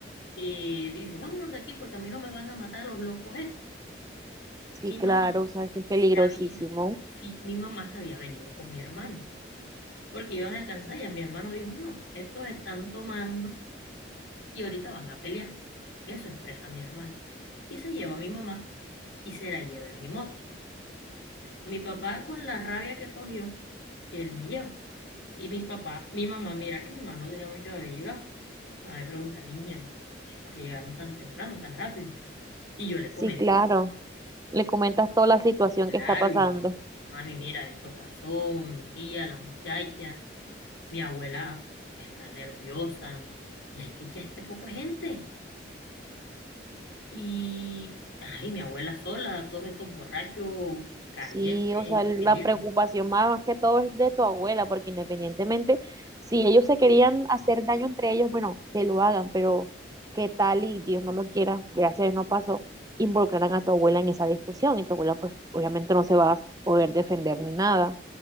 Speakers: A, on the left; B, on the right.
A: eh, dice, vámonos de aquí porque a mí no me van a matar a los locos estos.
B: sí,
A: Mi
B: claro,
A: mamá
B: o sea, es que es
A: se
B: peligrosísimo.
A: había, sí, mi mamá se había venido con mi hermano, porque iban a descansar y a mi hermano dijo, no, estos están tomando y ahorita van a pelear. Eso expresa mi hermano. Y se lleva a mi mamá y se la lleva en mi moto. Mi papá con la rabia que cogió, él me lleva. Y mi papá, mi mamá, mira que mi mamá no tenía mucho de haber llegado. Mamá me pregunta, niña, ¿por qué llegaron tan temprano, tan rápido? Y yo le
B: Sí,
A: comento,
B: claro. Le comentas toda la situación
A: claro,
B: que está pasando.
A: yo, mami, mira, esto pasó, mi tía, la muchacha, mi abuela está nerviosa y hay que echar este poco de gente. Y, ay, mi abuela sola, todos estos borrachos calientes,
B: Sí, o sea, la
A: peleados.
B: preocupación más, más que todo es de tu abuela, porque independientemente, si ellos se querían hacer daño entre ellos, bueno, que lo hagan, pero qué tal y Dios no lo quiera, gracias a Dios no pasó, involucrarán a tu abuela en esa discusión y tu abuela pues obviamente no se va a poder defender ni nada,